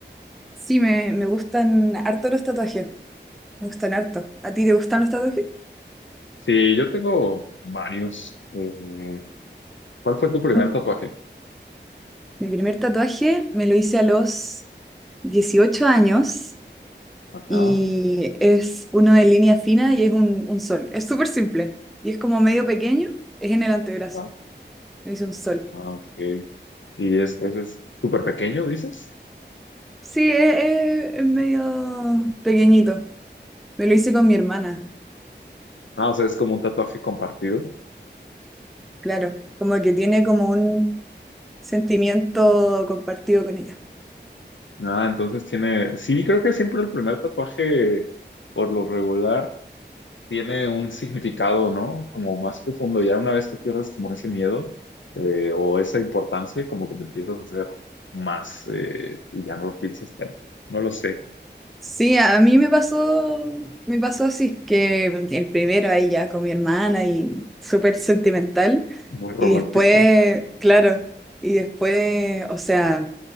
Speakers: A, in the centre; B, on the left.
A: Sí, me, me gustan harto los tatuajes, me gustan harto. ¿A ti te gustan los tatuajes?
B: Sí, yo tengo varios. Eh, ¿cuál fue tu primer
A: Bueno,
B: tatuaje?
A: Mi primer tatuaje me lo hice a los dieciocho años
B: Ajá,
A: y es uno de línea fina y es un, un sol. Es súper simple y es como medio pequeño, es en el antebrazo,
B: ajá.
A: me hice un sol.
B: Ah, ok. ¿Y es, ese es súper pequeño, dices?
A: Sí, es, es- es medio pequeñito, me lo hice con mi hermana,
B: Ah, o sea, es como un tatuaje compartido.
A: claro, como que tiene como un sentimiento compartido con ella.
B: Ah, entonces tiene, sí, creo que siempre el primer tatuaje, por lo regular, tiene un significado, ¿no? Como más profundo. Ya una vez que pierdes como ese miedo eh, o esa importancia, como que te empiezas a hacer más eh, y ya no lo piensas tanto. No lo sé,
A: Sí, a a mí me pasó, me pasó así, que el primero ahí ya con mi hermana y súper sentimental.
B: muy romántico.
A: Y después, claro, y después, o sea,